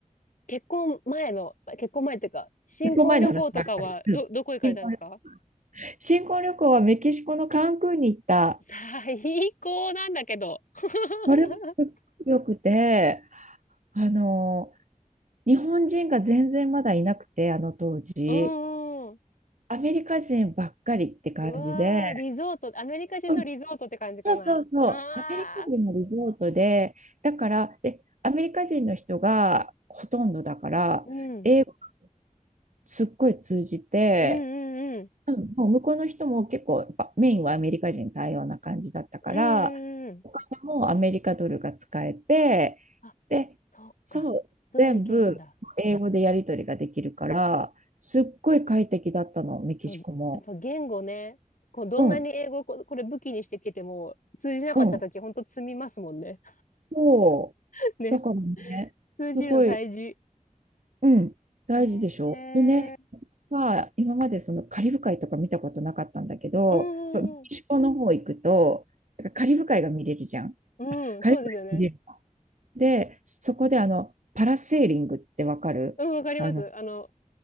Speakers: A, on the left; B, on the right.
A: 結婚前の、結婚前っていうか、新婚旅行とかは、
B: 一個前の話ばっかり。うん。
A: ど、どこ行かれたんですか
B: 新婚、新婚旅行はメキシコのカンクンに行った。
A: 最高なんだけど。<laughs>
B: それもすっごくよくて、あの、日本人が全然まだいなくて、あの当時。
A: ううん。
B: アメリカ人ばっかりって感じで、
A: うわー、リゾート、アメリカ人のリゾートって感じかな。
B: うんそうそうそう、
A: ああ、
B: アメリカ人のリゾートで、だから、で、アメリカ人の人がほとんどだから、
A: うん、
B: 英語すっごい通じて、
A: うんうんうん、
B: うん、もう向こうの人も結構やっぱメインはアメリカ人対応な感じだったからお金もアメリカドルが使えて
A: うんうんうん。あ、
B: でそう全部英語でやり取りができるからすっごい快適だったのメキシコも。
A: そっか。ドルいけるんだ。そうやっぱ言語ね、こうどんなに英語をこ、
B: うん
A: これ武器にしてきても通じなかったときほんと積みますもんね。
B: うんそう
A: <laughs> ね、
B: だからねすごい、
A: 通じるの大事。
B: うん、大事でしょ。
A: え
B: でね私は今までそのカリブ海とか見たことなかったんだけどやっぱメキシコの方行くとなんかカリブ海が見れるじゃん。
A: ー、うんうんうん、うんそうですよね。
B: 軽く入れる。で、そこであの、パラセーリングってわかるあの、
A: うん、わかります。あの、